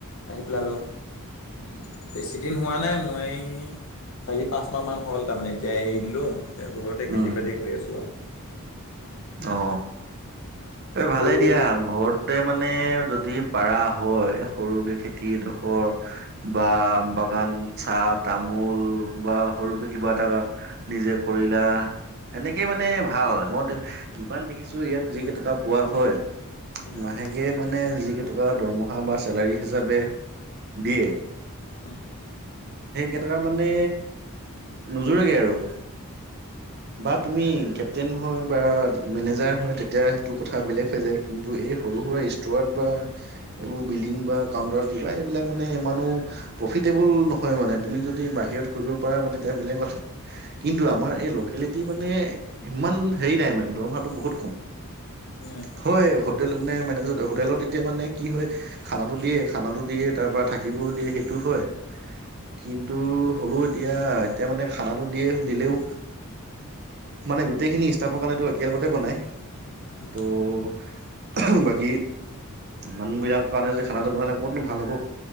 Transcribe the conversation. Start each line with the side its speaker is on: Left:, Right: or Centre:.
Left: আহি পেলালো উম বেছি, এদিন হোৱা নাই মই চাৰি পাঁচ মাহ মান হ'ল তাৰমানে এতিয়া এৰি দিলো। এতিয়া ঘৰতে
Right: উম
Left: খেতি বাতি কৰি আছো আৰু
Right: অ এই
Left: আৰু
Right: ভালেই দিয়া ঘৰতে মানে মানে যদি পাৰা হয় সৰুকে খেতিডখৰ বা বাগান চাহ তামোল বা সৰুকে কিবা এটা নিজে কৰিলা সেনেকে মানে ভাল মই, যিপমান দেখিছো ইয়াত যি কেইটকা পোৱা হয়।
Left: আৰু
Right: মাহেকে মানে যি কেইটা, তাৰপা দৰমহা বা চেলাৰী হিচাপে দিয়ে।
Left: হম।
Right: সেই কেইটকা মানে নোযোৰেগে আৰু। বা তুমি কেপ্তেইন হয় বা মেনেজাৰ হয় তেতিয়া সেইটো কথা বেলেগ হৈ যায়। কিন্তু এই সৰু-সুৰা ষ্ট্ৰ'ৰত। বা এইবোৰ বিলিং বা কাউন্টাৰত কিবা এইবিলাক মানে ইমানো প্ৰফিটেবল নহয় মানে, তুমি যদি বাহিৰত কৰিব পাৰা বা তেতিয়া বেলেগ কথা কিন্তু, আমাৰ এই ল মানে ইমান হেৰি নাই মানে, দৰমহাটো বহুত কম।
Left: নাই নাই
Right: হয়, হোটেল মানে-মানে হোটেলত এতিয়া মানে কি হয়, খানাটো দিয়ে, খানাটো দিয়ে তাৰ পৰা থাকিবয়ো দিয়ে সেইটো হয়। কিন্তু হ'লও এতিয়া, এতিয়া মানে খানাটো দিয়ে, দিলেও মানে গোটেইখিনি ইষ্টাফৰ কাৰণেটো একেলগতে বনাই। ত'
Left: উম
Right: বাকী ইমান বিলাকৰ কাৰণে যে, খানাটো বনে ক'তোনো ভাল হ'ব?